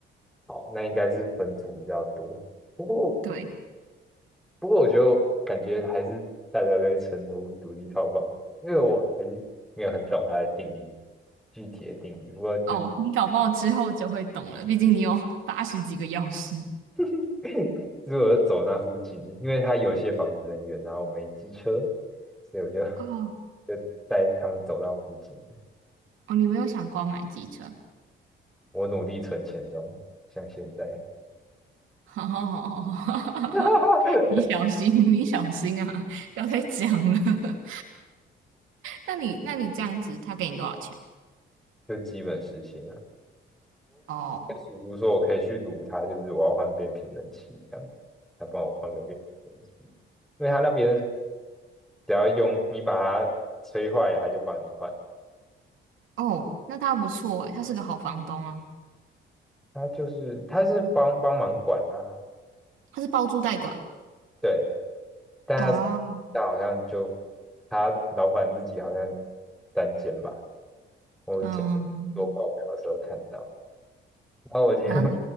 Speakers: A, in the centre; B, on the right.
A: 好，那应该是分租比较多。不过
B: 对，
A: 不过我就感觉还是大家都会称呼独立套房，因为我还是没有很懂它的定义，具体的定义。不过就
B: 哦，你搞不好之后就会懂了，毕竟你有八十几个钥匙。
A: <coughs> <laughs> 如果走那附近，因为它有些房子很远，然后我没机车，所以我就
B: 哦，
A: 就带他们走到附近。
B: 哦，你没有想过要买机车？
A: 我努力存钱中，像现在
B: <laughs> 好好好好
A: <laughs>
B: 好，<laughs> 你小心，你小心啊，不要再讲了。<laughs> 那你那你这样子，他给你多少钱？
A: 就基本实行啊。
B: 哦
A: 叔叔说我可以去撸它，就是我要换变频冷气这样，他帮我换个变频冷气，因为他那边。只要用你把它吹坏，了，它就帮你换。
B: 哦，那他不错诶，他是个好房东啊，
A: 它就是它是帮帮忙管啊，
B: 他是包租代管
A: 对，但它
B: 啊，
A: 但好像就他老板自己好像单间吧，我前
B: 嗯，
A: 做报表的时候看到，然后我觉得
B: 然后
A: <laughs>